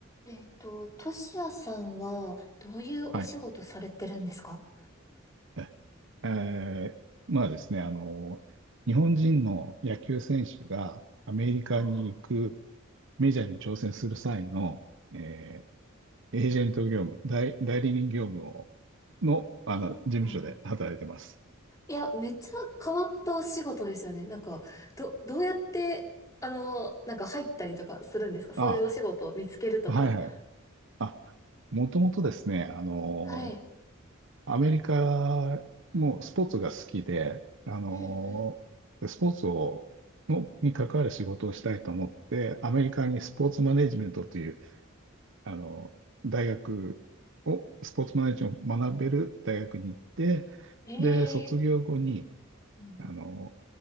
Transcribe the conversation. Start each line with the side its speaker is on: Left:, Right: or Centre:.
Left: えっと、トシヤさんは、どういうお仕事されてるんですか
Right: はい。ええー、まあですね、あの、日本人の野球選手がアメリカに行く
Left: あ
Right: メジャーに挑戦する際の、えーエージェント業務、代、代理人業務を、の、あの、
Left: ーいや、
Right: 事務所で働いてます。
Left: うん。いや、めっちゃ変わったお仕事ですよね。なんか、ど、どうやって、あの、なんか入ったりとかするんですかそういうお仕事を見つけるとか。
Right: あ、はいはい。あ、もともとですね、あの、
Left: はい。
Right: アメリカもスポーツが好きで、あのスポーツをのに関わる仕事をしたいと思って、
Left: うん
Right: アメリカにスポーツマネジメントという、あの大学を、スポーツマネジメントを学べる大学に行って、
Left: ええ
Right: で、卒業後に、
Left: ーうん。
Right: あの